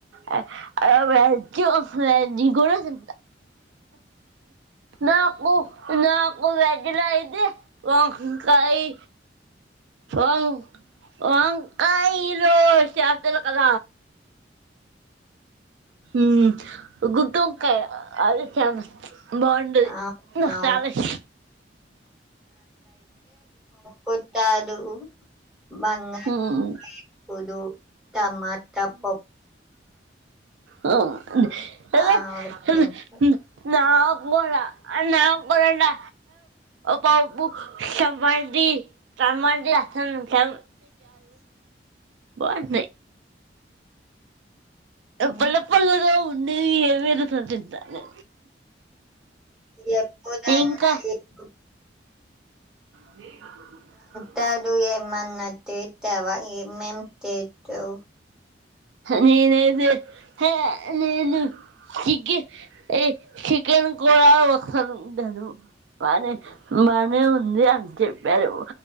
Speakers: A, on the right; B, in the centre.
A: అ అవ్ ఓఫ్లై జిగోనసంత నాకు నాకు వెజ్ లా అయితే వంక కాయి ఫం వంకాయి లో చేతలు కద ఉమ్ గుత్తంకాయ అది ఫేమస్ బాగుండది
B: అవునవును.
A: ఇంగ ఫ్యాలస్
B: కొత్తాదు బంగాళదుంప
A: మ్,
B: వేపుడు టమాట పప్పు
A: హ ఎలా
B: ఆహ్, తింటా.
A: ఎల్ ఇంగ నా కూడా నా కూడా పప్పు సంభల్ది టమాటాలు ఏస్తన్నం టం బాగుంటుంది
B: హ్మ్.
A: పుల్ల పుల్లగా ఉం నేను ఏవేర్లతోని మరుత తింటాను
B: నీకు చెప్పుతన్నఇపు
A: ఇంకా అ
B: తడు ఏమన్నా చేతవ ఏమేం చేతవ్
A: నేనైతే హ నేను చికె ఏ చికెన్ కూడా ఒకసారి వండాను బానే బానే ఉంది అని చెప్పారు